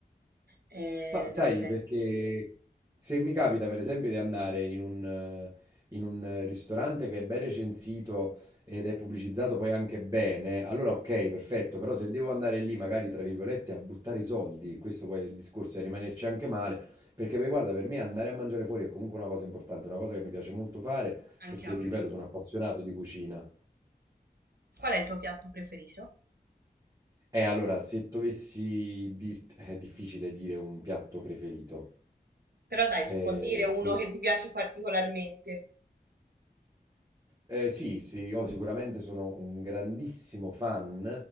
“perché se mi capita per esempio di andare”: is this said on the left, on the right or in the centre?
Right